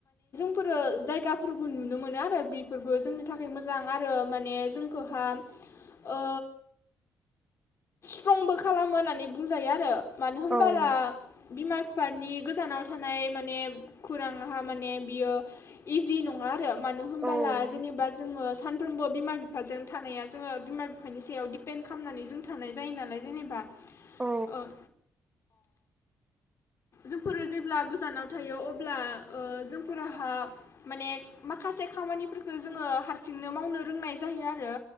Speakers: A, on the left; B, on the right.
A: फोरो जायगाफोरबो नुनो मोनो आरो बेफोरबो जोंनि थाखाय मोजां आरो माने जोंखौहा ओ। ट्रंबो खालामो होननानै बुंजायो आरो। मानो होनोमबोला
B: औ
A: बिमा बिफानि गोजानाव थानाय माने खौरांआ माने बियो इजि नङा आरो। मानो होनोमबोला
B: औ
A: जेनेबा जोङो सानफ्रोमबो बिमा बिफाजों थानाया जोङो बिमा बिफानि सायाव दिपेन्ड खालामनानै जों थानाय जायो नालाय। जेनेबा
B: औ
A: ओं जोंफोरो जेब्ला गोजानाव थायो अब्ला जोंफोरहा माने माखासे खामानिफोरखौ जोङो हारसिंनो मावनो रोंनाय जायो आरो।